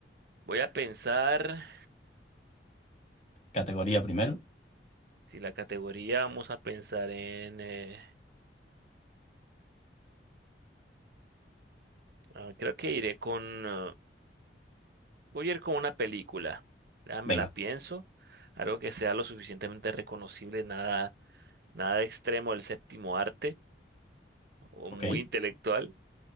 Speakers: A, on the right; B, on the left.
A: Voy a pensar.
B: categoría primero.
A: Si la categoría vamos a pensar en. eh, ah, creo que iré con. eh, voy a ir con una película. Déjame
B: Venga,
A: la pienso. Algo que sea lo suficientemente reconocible, nada, nada extremo del séptimo arte o
B: ok.
A: muy intelectual.